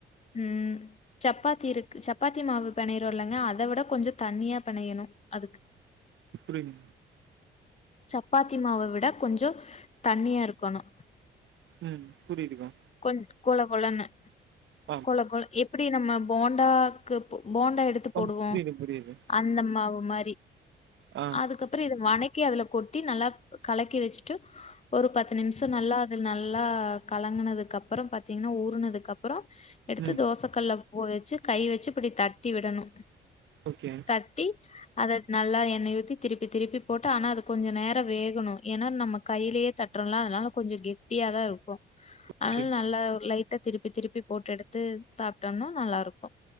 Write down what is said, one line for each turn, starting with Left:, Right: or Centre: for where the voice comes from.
Left: ம் சப்பாத்தி இருக்கு சப்பாத்தி மாவு பிணையிரோலங்க அத விட கொஞ்ச தண்ணியா பணையணும் அதுக்கு
Right: புரில
Left: சப்பாத்தி மாவ விட கொஞ்சோ தண்ணியா இருக்கணு
Right: உம் புரியுதுகா
Left: கொஞ் கொல கொலன்னு
Right: ஆ
Left: கொல கொல எப்டி நம்ம போண்டாக்கு போ போண்டா எடுத்து போடுவோம்
Right: ஆ புரியுது புரியுது
Left: அந்த மாவு மாரி
Right: ஆ
Left: அதுக்கப்புறம் இத வணக் கி அதுல கொட்டி நல்லா கலக்கி வச்சுட்டு ஒரு பத்து நிமிஷம் நல்லா அது நல்லா கலங்குனது கப்பறம் பாத்தீங்கன்னா ஊறனதுக்கு அப்புறம் எடுத்து
Right: ம்
Left: தோச கல்ல போ வச்சு கை வச்சு இப்டி தட்டி விடணு
Right: ஓகே
Left: தட்டி அத நல்லா எண்ணெய் ஊத்தி திருப்பி திருப்பி போட்டு ஆனா அது கொஞ்ச நேரம் வேகணும் ஏன்னா நம்ம கையிலேயே தட்டுறோம்ல அதனால கொஞ்சம் கெட்டியா தா இருக்கு ஆனால
Right: ஓகே
Left: நல்லா ஒரு லை திருப்பி திருப்பி போட்டு எடுத்து சாப்ட்டோம்னா நல்லா இருக்கும்